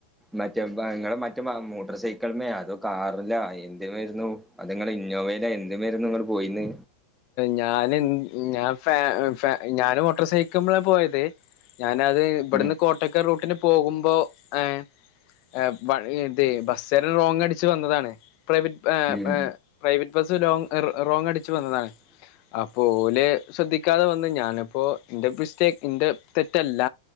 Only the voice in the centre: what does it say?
മറ്റേ നിങ്ങളടെ മറ്റേ മോട്ടർ സൈക്കിള്മ്മേ അതോ കാറില എന്തിമയിരുന്നു അത് നിങ്ങള് ഇന്നോവയില എന്ത്മെര്ന്ന് നിങ്ങള് പോയിന്.
ഉം
ഉം
<inaudible>